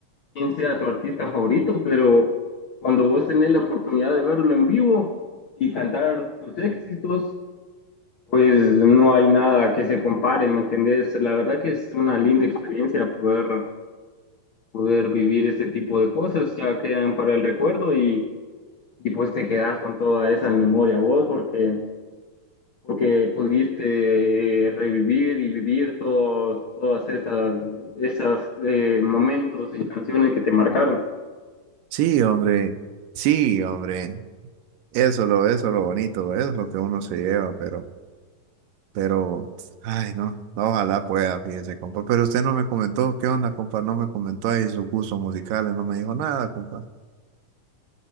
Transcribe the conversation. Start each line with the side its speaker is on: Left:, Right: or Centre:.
Left: quién sea tu artista favorito, pero cuando vos tenés la oportunidad de verlo en vivo y cantar sus éxitos, pues no hay nada que se compare, ¿me entendés? La verdad que es una linda experiencia poder, poder vivir este tipo de cosas, ya quedan para el recuerdo y, y pues te quedás con toda esa memoria vos porque... porque pudiste eh, revivir y vivir todos todas esas, esas eh, momentos y canciones que te marcaron.
Right: Sí, hombre, sí, hombre, eso es lo, eso es lo bonito, eso es lo que uno se lleva, pero. Pero, ay, no, no, ojalá pueda, fíjese, compa. Pero usted no me comentó, ¿qué onda, compa? No me comentó ahí sus gustos musicales, no me dijo nada, compa.